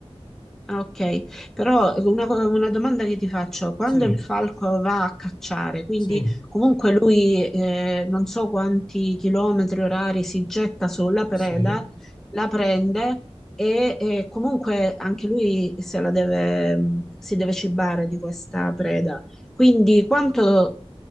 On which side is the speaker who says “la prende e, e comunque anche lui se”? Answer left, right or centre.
Centre